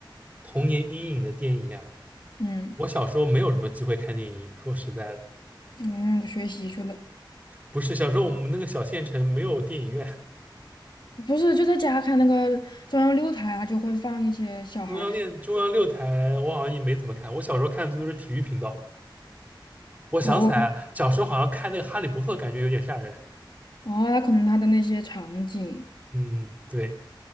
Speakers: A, on the right; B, on the left.
A: 童年阴影的电影呀、
B: 嗯
A: 我小时候没有什么机会看电影，说实在的，
B: 嗯，学习去了，
A: 不是小时候我们那个小县城没有电影院。
B: 不是就在家看那个中央六台啊，就会放一些小孩儿，
A: 中央电中央六台，我好像也没怎么看。我小时候看的最多是体育频道。我想起来，
B: 我我
A: 小时候好像看那个《哈利波特》，感觉有点吓人。
B: 哦，他可能他的那些场景。
A: 嗯，对，